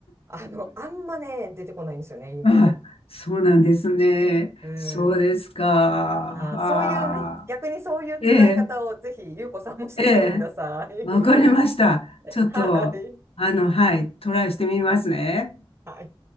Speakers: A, on the right; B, on the left.
A: あの、あんまね、出てこないんですよね、夢。
B: ああ、そうなんですね。
A: <laughs> うん。
B: そうですか。
A: ああ、
B: ああ、
A: そういうね、逆にそういう使い方をぜひ、
B: ええ、
A: ゆうこさんもしてみてください。
B: ええ、
A: <laughs>
B: わかりました。ちょっと、
A: はい。
B: あの、はい、トライしてみますね。
A: はい。